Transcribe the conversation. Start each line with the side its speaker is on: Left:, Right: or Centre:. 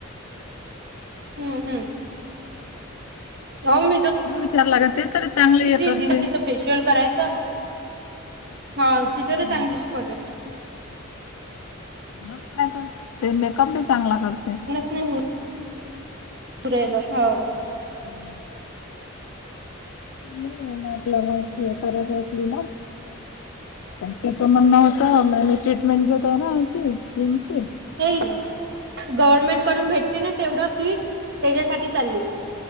Right: हम्म हम्म. हो मी त <inaudible>
Left: विचारावा लागेल ते तरी चांगलं हे
Right: कि ज
Left: करते.
Right: दि तिथं फेशियल करायच हो ति तरी
Left: हं.
Right: चांगली शिकवते.
Left: बघ काय तर ते मेकअप बी चांगला करते.
Right: ह ह. पुरायला हा.
Left: हं <unintelligible> मी नाटलं मग हे करत ऐली ना. का तो म्हण नव्हतं म मी ट्रीटमेंट घेतोय ना याची स्कीम ची
Right: हे गव्हर्नमेंट करडून भेटते ना तेवढं कीट त्याच्यासाठी चालली.